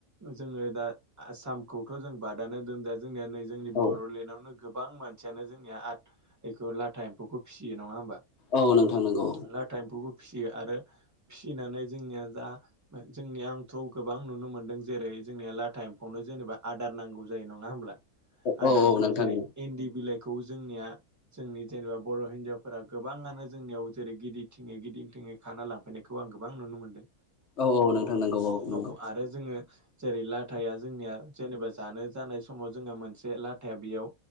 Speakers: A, on the right (about 15°); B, on the left (about 60°).
A: जोङो दा आसामखौथ' जों बादानो दोन दा जों निया नै जोंनि
B: औ
A: बर'लेण्डआवनो गोबां मानसियानो जोंनिया आथ इखौ लाथा एम्फौखौ फिसियो नङा होमबा।
B: औ नोंथां नंगौ।
A: लाथा एम्फौबो फिसियो आरो फिसिनानै जोंनिया दा जोंनि आंथ' गोबां नुनो मोनदों जेरै जोंनिया लाथा एमफौनो जेनेबा आदार नांगौ जायो नङा होमब्ला। आदारखौ
B: औ औ नोंथां।
A: जेरै इन्दि बिलाइखौ जोंनिया जोंनि जेनेबा बर' हिनजावफोरा गोबाङानो जोंनियाव जेरै गिदिर थिङै गि दिंन्थिङै खाना लांफैनायखौ आं गोबां नुनो मोन्दों।
B: औ औ नोंथां नंगौ नंगौ
A: औ आरो जोङो। जेरै लाथाया जोंनिया जेनेबा जानो जानाय समाव जोंहा मोनसे लाथाया बेयाव।